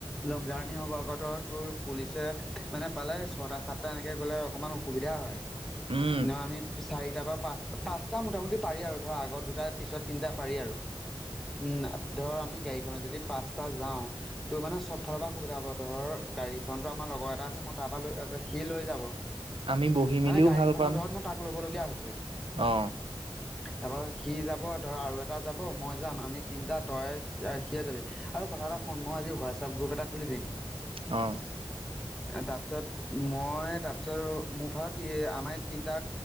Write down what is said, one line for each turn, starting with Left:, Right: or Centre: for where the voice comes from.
Centre: লং জাৰ্ণি হ'ব। আকৌ ধৰ তোৰ পুলিচে মানে পালে ছটা, সাতটা এনেকে গ'লে অকমান অসুবিধা হয়।
Right: উম
Centre: ন আমি চাৰিটা বা পাঁচ। পাঁচটা মোটামুটি পাৰি আৰু ধৰ আগত দুটা পিছত তিনিটা পাৰি আৰু। উম। ধৰ, আমি গাড়ীখনত যদি পাঁচটা যাওঁ তোৰ মানে চব ফালৰ পৰা সুবিধা হ'ব। ধৰ গাড়ীখনটো আমাৰ লগৰ এটা আছে। মই তাৰ পৰা লৈ, সি লৈ যাব।
Right: আমি বহি মেলিও
Centre: নাই গাড়ীখনৰ
Right: ভাল পাম
Centre: জহত মোৰ তাক ল'বলগীয়া হৈছে।
Right: অ
Centre: তাৰপৰা সি যাব। ধৰ আৰু এটা যাব, মই যাম। আমি তিনিটা, তই সিয়ে যাবি। আৰু কথা এটা শুন, মই আজি হোৱাছআপ গ্ৰুপ এটা খুলি দিম।
Right: অ'।
Centre: এ তাৰপিছত মই তাৰপিছত মোৰফালত আমাৰ তিনিটা